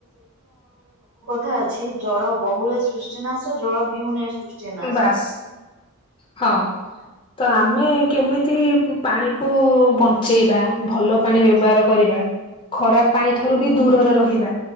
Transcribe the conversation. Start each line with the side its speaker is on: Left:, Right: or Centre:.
Right: ଥା ଅଛି ଜଳ ବହୁଳ ସୃଷ୍ଟିନାଶ ଜଳ ବିହୁନ ସୃଷ୍ଟି ନାଶ।
Left: ବାସ୍ ହଁ। ତ ଆମେ କେମିତି ପାଣିକୁ ବଞ୍ଚେଇବା ଭଲ ପାଣି ବ୍ୟବହାର କରିବା ଖରାପ ପାଣି ଠାରୁ ବି ଦୂରରେ ରହିବା।